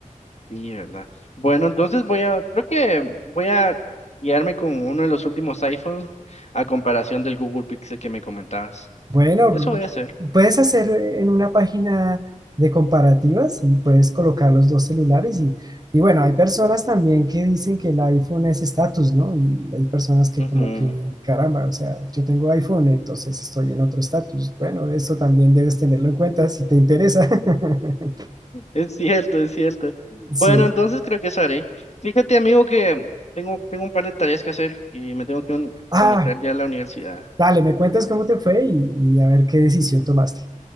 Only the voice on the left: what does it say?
Sí, ¿verdad? Bueno, entonces voy a, creo que voy a guiarme con uno de los últimos iPhones a comparación del Google Pixel que me comentabas.
Eso voy a hacer.
Ujú.
<laughs>
Es cierto, es cierto.
Bueno, entonces creo que eso haré. Fíjate, amigo, que tengo, tengo un par de tareas que hacer y me tengo que uni-
conectar ya a la universidad.